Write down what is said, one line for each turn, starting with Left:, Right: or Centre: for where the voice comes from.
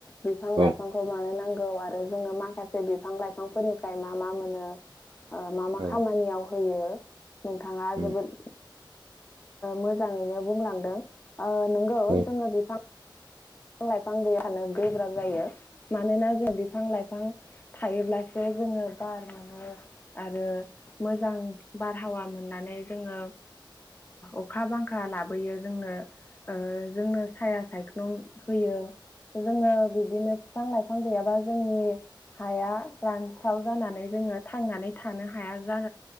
Left: बिफां
Right: औ
Left: लाइफांखौ बानो नांगौ आरो जोङो माखा बिफां लाइफांफोरनिफ्राय मा मा मोनो मा मा
Right: औ
Left: खामानियाव होयो। नोंथाङा
Right: उम
Left: जोबोद मोजाङैनो बुंलांदों। आ नोंगौ
Right: औ उम
Left: जोङो बिफां बिफां लाइफां गैयानो गोब्राब जायो मानोना जों बिफां लाइफां थायोब्लासो जोङो बार मोनो आरो मोजां बारहावा मोननानै जोङो अखा बांखा लाबोयो जोंनो जोंनो साया सायख्लुम होयो। जोङो बिब्दिनो बिफां लाइफां गैयाबा जोंनि हाया रानस्राव जानानै जों जोङो थांनानै थानो हाया